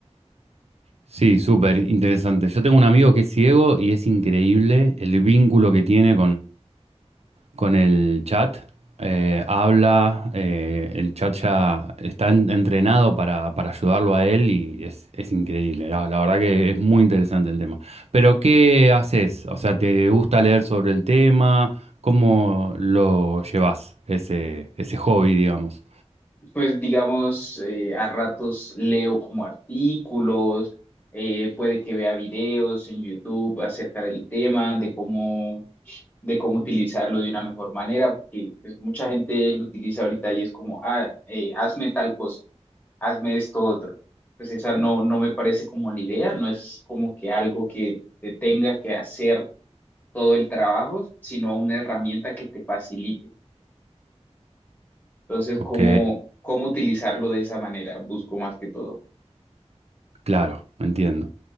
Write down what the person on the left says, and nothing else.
Pues digamos, eh, a ratos leo como artículos, eh, puede que vea videos en YouTube acerca del tema, de cómo, de cómo utilizarlo de una mejor manera, porque pues, mucha gente lo utiliza ahorita y es como, ah, eh, hazme tal cosa, hazme esto otro. Pues esa no, no me parece como la idea, no es como que algo que te tenga que hacer todo el trabajo, sino una herramienta que te facilite. Entonces,
¿cómo, cómo utilizarlo de esa manera? Busco más que todo.